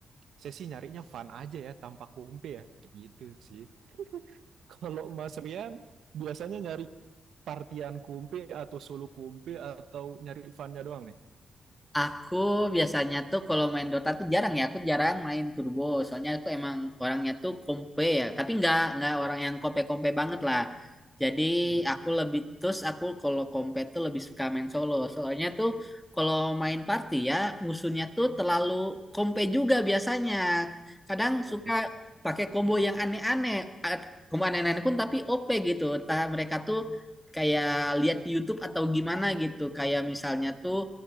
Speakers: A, on the right (about 80°); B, in the centre.
A: Saya sih nyarinya fun aja ya, tanpa kumpi ya, kayak gitu sih. <laughs> Kalau Mas Rian biasanya nyari partian kumpi atau solo kumpi atau nyari funnya doang nih.
B: Aku biasanya tuh kalau main Dota tuh jarang ya, aku jarang main turbo. Soalnya aku emang orangnya tuh kompe ya, tapi nggak nggak orang yang kompe-kompe banget lah. Jadi
A: Hmm,
B: aku lebih terus aku kalau kompe tuh lebih suka main solo. Soalnya tuh kalau main party ya musuhnya tuh terlalu kompe juga biasanya. Kadang
A: benar
B: suka
A: benar.
B: pakai combo yang aneh-aneh, At- combo aneh-aneh pun tapi OP gitu. Entah mereka tuh kayak lihat di YouTube atau gimana gitu. Kayak misalnya tuh